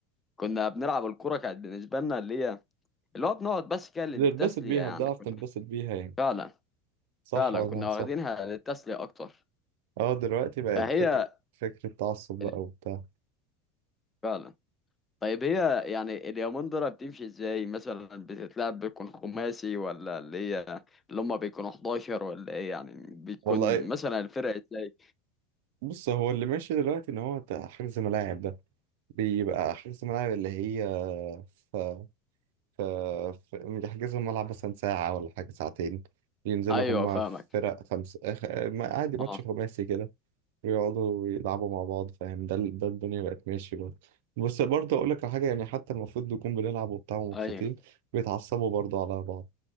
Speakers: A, on the left (about 20°); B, on the right (about 60°).
A: كنا بنلعب الكرة كانت بالنسبة لنا اللي هي اللي هو بنقعد بس كده للتسلية
B: بتنبسط بيها
A: يعني
B: بتعرف
A: كنا
B: تنبسط بيها يعني
A: فعلا
B: صح
A: فعلا
B: ولا
A: كنا
B: صح
A: واخدينها للتسلية اكتر
B: اه دلوقتي بقت
A: فهي
B: فكرة فكرة تعصب بقى
A: ال-
B: وبتاع
A: فعلا طيب هي يعني اليومندرة بتمشي ازاي مثلا بتتلعب بيكون خماسي ولا اللي هي اللي هما بيكونوا 11 ولا ايه يعني بيكون
B: والله
A: مثلا الفرق ازاي
B: بص هو اللي ماشي دلوقتي ان هو بتاع حجز ملاعب ده بيبقى حجز ملاعب اللي هي ف ف ف- يحجزوا الملعب مثلا ساعة ولا حاجة ساعتين ينزلوا
A: ايوه
B: هما
A: فاهمك
B: فرق خمسة اخ- ما- عادي ماتش
A: اه
B: خماسي كده ويقعدوا يلعبوا مع بعض فاهم ده ال- ده الدنيا بقت ماشي برضه بس برضه أقول لك على حاجة يعني حتى المفروض نكون بنلعب وبتاع ومبسوطين
A: ايوه
B: بيتعصبوا برضه على بعض